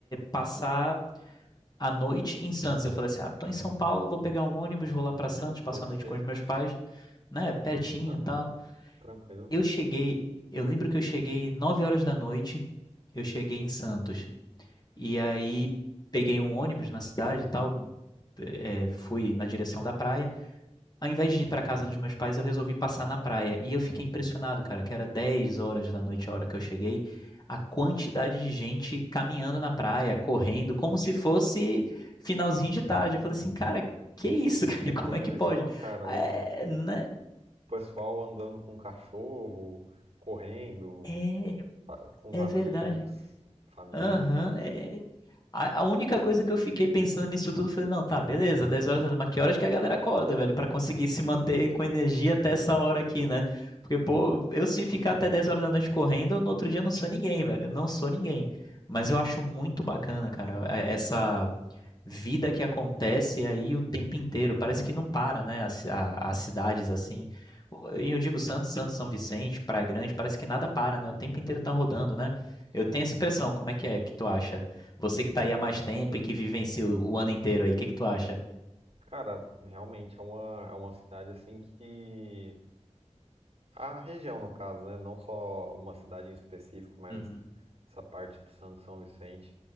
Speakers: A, on the left (about 35°); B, on the right (about 60°).
A: passar a noite em Santos. Eu falei assim: ah, tô em São Paulo, vou pegar um ônibus, vou lá para
B: Ônibus
A: Santos, passar
B: DC.
A: a noite com os meus pais, né? Pertinho
B: Ah,
A: e tal.
B: tranquilo.
A: Eu cheguei, eu lembro que eu cheguei 9 horas da noite, eu cheguei em Santos. E aí peguei um ônibus na cidade e tal, é, fui na direção da praia. Ao invés de ir pra casa dos meus pais, eu resolvi passar na praia. E eu fiquei impressionado, cara, que era 10 horas da noite, a hora que eu cheguei, a quantidade de gente caminhando na praia, correndo,
B: Sim.
A: como se fosse finalzinho de tarde. Eu falei assim, cara, que isso, <laughs> cara?
B: É bem
A: Como é que
B: legal,
A: pode?
B: cara.
A: É,
B: O
A: né?
B: pessoal andando com cachorro, correndo,
A: é,
B: ah, com os
A: é
B: amigos,
A: verdade.
B: família.
A: Aham, é, A, a única coisa que eu fiquei pensando nisso tudo, eu falei, não, tá, beleza, 10 horas, mas que horas que a galera acorda, velho, pra conseguir se manter com energia até essa hora aqui, né? Porque, pô, eu se ficar até 10 horas da noite correndo, eu, no outro dia eu não sou ninguém, velho, eu não sou ninguém. Mas eu acho muito bacana, cara, é- essa vida que acontece aí o tempo inteiro. Parece que não para, né? As, a- as cidades assim. E eu digo Santos, Santos, São Vicente, Praia Grande, parece que nada para, né? O tempo inteiro tá rodando, né?
B: Sim.
A: Eu tenho essa impressão. Como é que é? que tu acha? Você que tá aí há mais tempo e que vivencia o, o ano inteiro aí, o que que tu acha?
B: Cara, realmente é uma, é uma cidade assim que. A região, no caso, né? Não só uma cidade em específico, mas
A: Uhum.
B: essa parte de Santo São Vicente.